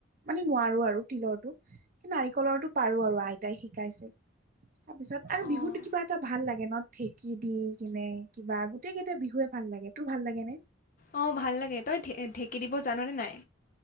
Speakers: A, on the right; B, on the left.
A: মানে নোৱাৰো আৰু তিলৰটো কি নাৰিকলৰটো পাৰো আৰু আইতাই শিকাইছে। তাৰ পিছত আৰু
B: অঁ
A: বিহুতো কিবা এটা ভাল লাগে ন। ঢেঁকী দি কিনে কিবা গোটেই কেইটা বিহুৱে ভাল লাগে, তোৰ ভাল লাগে নে?
B: অঁহ ভাল লাগে তই ঢে-ঢেঁকী দিব জাননে নাই?